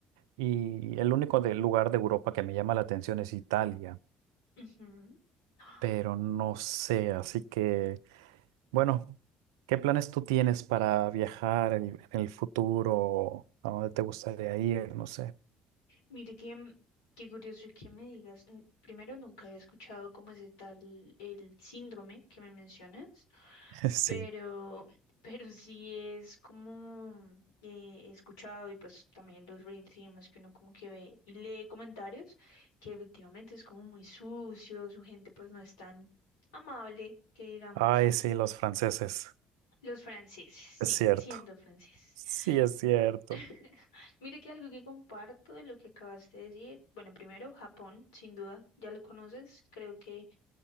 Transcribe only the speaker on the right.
Y el único de- lugar de Europa que me llama la atención es Italia,
pero no sé, así que... Bueno, ¿qué planes tú tienes para viajar en, en el futuro? ¿A dónde te gustaría ir? No sé.
<laughs> Sí.
Ay, sí, los franceses.
Es cierto.
Sí, es cierto.